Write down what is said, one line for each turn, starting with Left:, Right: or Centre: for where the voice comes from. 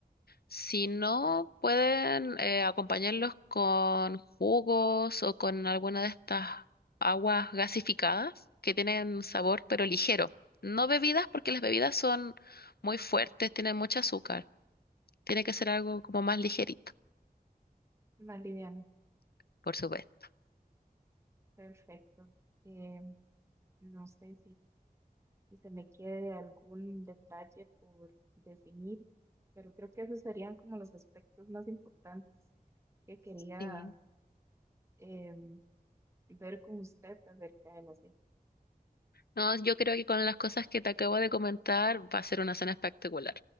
Left: Si no, pueden eh, acompañarlos con jugos o con alguna de estas aguas gasificadas que tienen sabor
Right: Ajá.
Left: pero ligero. No bebidas porque las bebidas son muy fuertes, tienen mucho azúcar. Tiene que ser algo como más ligerito,
Right: Más liviano.
Left: por supuesto.
Right: Perfecto. Eh, no sé si, si se me quede algún detalle por definir, pero creo que esos serían como los aspectos más importantes que quería
Left: Sí.
Right: em, ver con usted acerca de la cena.
Left: No, yo creo que con las cosas que te acabo de comentar va a ser una cena espectacular.